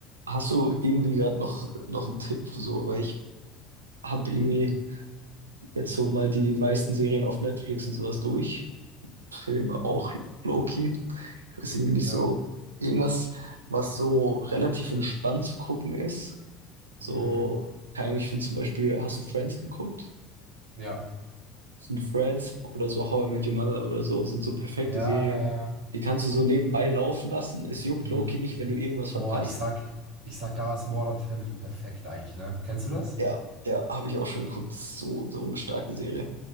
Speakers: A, on the right (about 80°); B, on the right (about 65°).
A: Hast du irgendwie gerade noch, noch einen Tipp, so, weil ich habe irgendwie jetzt so mal die meisten Serien auf Netflix und sowas durch. Filme
B: Mhm.
A: auch low-key. Ich weiß irgendwie nicht
B: Ja.
A: so, irgendwas, was so relativ entspannt zu gucken ist. So,
B: Mhm.
A: keine Ahnung, ich finde zum Beispiel, hast du Friends geguckt?
B: Ja.
A: Sind Friends oder so How I Met Your Mother oder so, sind so perfekte
B: Ja,
A: Serien.
B: ja, ja.
A: Die kannst du so nebenbei laufen lassen. Es juckt
B: Mhm.
A: low-key nicht, wenn du irgendwas
B: Boah,
A: verpasst.
B: ich sag, ich sag, da ist Modern Family perfekt eigentlich, ne? Kennst du das?
A: Ja, ja, habe ich auch schon geguckt. So, so eine starke Serie.